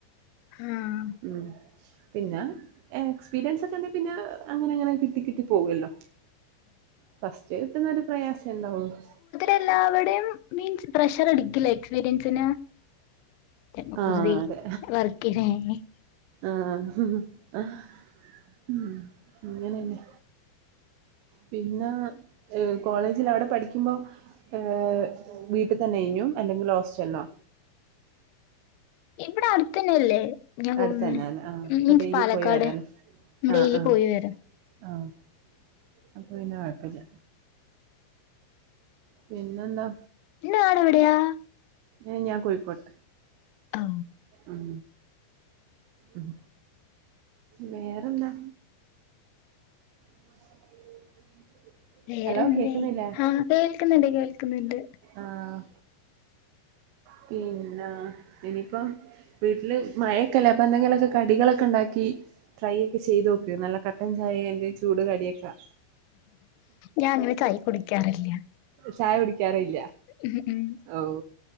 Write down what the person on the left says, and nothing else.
ഹാം
എല്ലാവരെയും മീൻസ് പ്രഷർടിക്കില്ലേ എക്സ്പീരിയൻസിന്? <unintelligible>
ഇവിടെ അടുത്തനല്ലേ? <unintelligible> പോകുന്ന
മീൻസ്
പാലക്കാട്
ഡെയിലി
പോയി വരാം
നാടെവിടെയാ
ഓ
വേറെന്തേ
ആഹ് കേൾക്ക്ന്ന്ണ്ട് കേൾക്ക്ന്ന്ണ്ട്.
ഞാൻ അങ്ങനെ ചായ് കുടിക്കാറില്ല.
ഉം ഉം.